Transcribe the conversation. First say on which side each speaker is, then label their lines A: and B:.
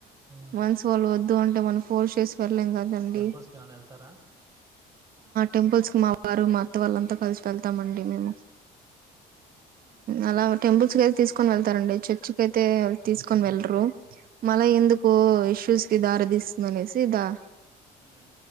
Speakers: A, on the right; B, on the right.
A: హ్మ్.
B: వన్స్ వాళ్ళు వద్ <unintelligible> అంటే మన ఫోర్ చేస్ <unintelligible> కదండి
A: టెంపుల్స్‌కి ఏమైనా ఎళ్తారా?
B: టెపుల్స్ మా వారు మా అత్త వాళ్లంతా కలిసు వెళ్తామండి మేము అలా టెంపుల్స్ అయితే తీసుకుని వెళ్తారండి చర్చి <unintelligible> తీసుకని వెళ్లరు మళ ఎందుకు చూస్కి <unintelligible> తీస్తుందనేసి ఇదా
A: మ్మ్